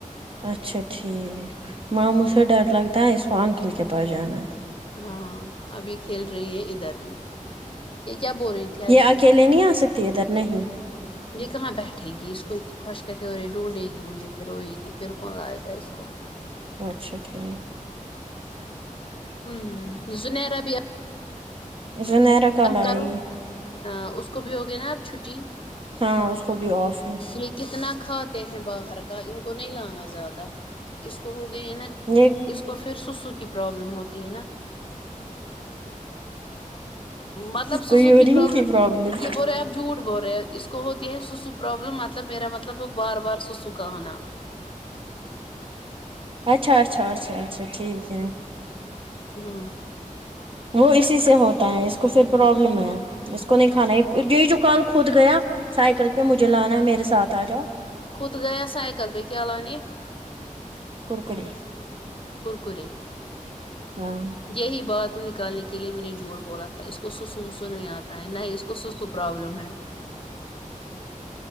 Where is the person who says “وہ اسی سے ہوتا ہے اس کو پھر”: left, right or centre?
Right